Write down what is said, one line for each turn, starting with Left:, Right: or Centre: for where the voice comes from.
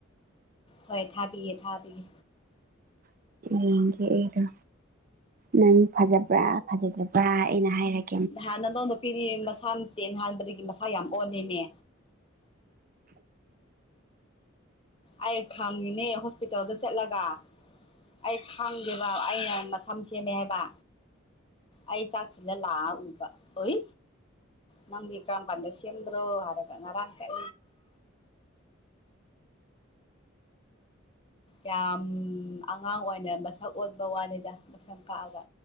Left: ꯍꯣꯏ ꯊꯥꯕꯤꯌꯦ ꯊꯥꯕꯤꯌꯦ
Right: ꯌꯦꯡꯒꯦ ꯑꯩꯗꯣ ꯅꯪ ꯐꯖꯕ꯭ꯔꯥ ꯐꯖꯗꯕ꯭ꯔꯥ ꯑꯩꯅ ꯍꯥꯏꯔꯒꯦ
Left: ꯅꯍꯥꯟ ꯅꯪꯗ ꯄꯤꯔꯤ ꯃꯁꯥ ꯇꯦꯟ ꯍꯥꯟꯕꯗꯒꯤ ꯃꯁꯥ ꯌꯥꯝ ꯑꯣꯂꯦꯅꯦ ꯑꯩ ꯈꯥꯡꯉꯤꯅꯦ ꯍꯣꯁꯄꯤꯇꯥꯜꯗ ꯆꯠꯂꯒ ꯑꯩ ꯈꯥꯡꯗꯦꯕ ꯑꯩꯅ ꯃꯁꯝ ꯁꯦꯝꯃꯦ ꯍꯥꯏꯕ ꯑꯩ ꯆꯥꯛ ꯊꯂ ꯂꯥ ꯎꯕ ꯑꯣꯏ ꯅꯝꯕ ꯀꯝꯄꯥꯟꯗ ꯁꯤꯕ꯭ꯔꯣ ꯍꯥꯏꯔꯒ ꯑꯔꯥꯡꯝ ꯀꯥꯏ ꯌꯥꯝ ꯑꯉꯥꯡ ꯑꯣꯏꯅ ꯃꯁꯛ ꯑꯣꯟꯕ ꯋꯥꯅꯤꯗ ꯃꯁꯛ ꯀꯛꯑꯒ